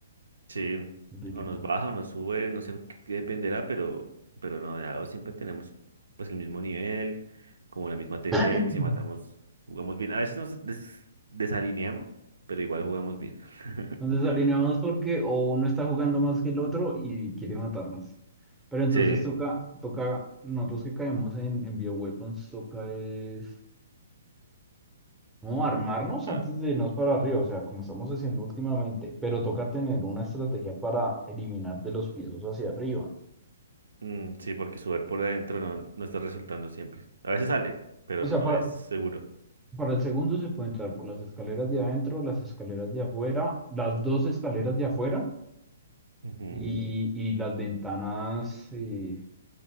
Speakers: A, on the right; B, in the centre.
A: Sí,
B: el equipo.
A: o nos baja o nos sube, no sé qué qué dependerá, pero, pero no, de a dos siempre tenemos pues el mismo nivel, como la misma tendencia,
B: <clears throat>
A: matamos, jugamos bien. A veces nos des- desalineamos, pero igual jugamos bien. <laughs>
B: Nos desalineamos porque o uno está jugando más que el otro y quiere matarnos. Pero entonces
A: Sí,
B: toca, toca, nosotros que caemos en, en bioweapons, toca es, no, armarnos antes
A: ah,
B: de irnos para arriba, o sea, como estamos haciendo últimamente, pero toca tener una estrategia para eliminar de los pisos hacia arriba.
A: mm, sí, porque sudar por adentro no, no está resultando siempre. A veces sale, pero
B: O
A: no
B: sea, para,
A: es seguro.
B: para el segundo se puede entrar por las escaleras de adentro, las escaleras de afuera, las dos escaleras de afuera.
A: Ujú.
B: Y, y las ventanas eh,